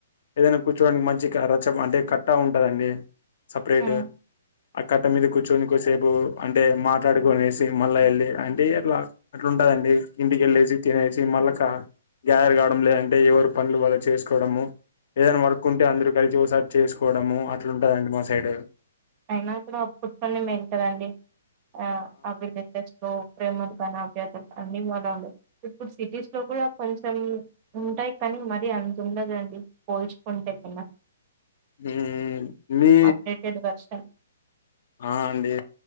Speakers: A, on the left; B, on the right.
A: ఏదైనా కూర్చోడానికి మంచిగ రచ్చ అంటే కట్టా ఉంటదండి సపరేట్
B: ఉమ్
A: గా అక్కక్ కట్ట మీద కూర్చొని కొసేపు అంటే మాట్లాడుకునేసి మళ్ళా ఎళ్ళి అంటే అట్లా అట్లుంటదండి ఇంటికెళ్ళేసి తినేసి మళ్ళాగా గ్యాదర్ కావడం లేదంటే ఎవరి పనులు వాళ్ళు చేసుకోవడము ఏదైనా వర్క్ ఉంటే అందరు కలిసి ఓసారి చేసుకోవడము అట్లుంటదండి మా సైడ్
B: అయినా ఇక్కడ <unintelligible> ఆ ఆ విలేజెస్ లో ప్రేమలు కానీ ఆప్యాయతలు అన్నీ మారాలి ఇప్పుడు సిటీస్ లో కూడా కొంచెం ఉంటాయి కానీ మరీ అంత ఉండదండి పోల్చుకుంటే కన్నా
A: హుమ్ మీ
B: అప్డేటెడ్ వెర్షన్
A: ఆ అండి